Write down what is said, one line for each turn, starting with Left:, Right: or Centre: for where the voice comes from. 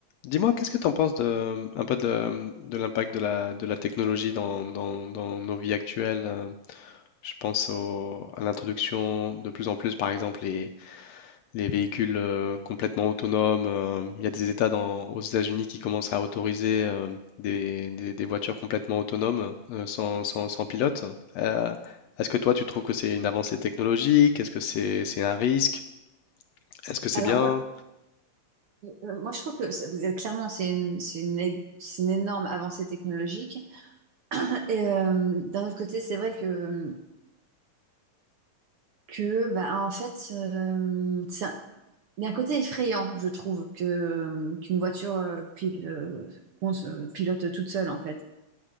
Left: Dis-moi, qu'est-ce que tu en penses de, un peu de, de l'impact de la, de la technologie dans, dans- dans nos vies actuelles? euh, Je pense au- à l'introduction de plus en plus, par exemple, les, les véhicules euh, complètement autonomes. euh, Il y a des États dans- aux États-Unis qui commencent à autoriser euh, des, des- des voitures complètement autonomes, euh, sans, sans- sans pilote. Euh, est-ce que toi, tu trouves que c'est une avancée technologique? Est-ce que c'est, c'est un risque? Est-ce que c'est
Right: Alors
Left: bien?
Right: moi, euh, moi je trouve que c'est- euh, clairement c'est une, c'est une, é- c'est une énorme avancée technologique. <laughs> Et euh, d'un autre côté, c'est vrai que, que bah, en fait, euh, c'est un- il y a un côté effrayant, je trouve, que, euh, qu'une voiture euh, pil- euh, qu'on se- pilote toute seule en fait.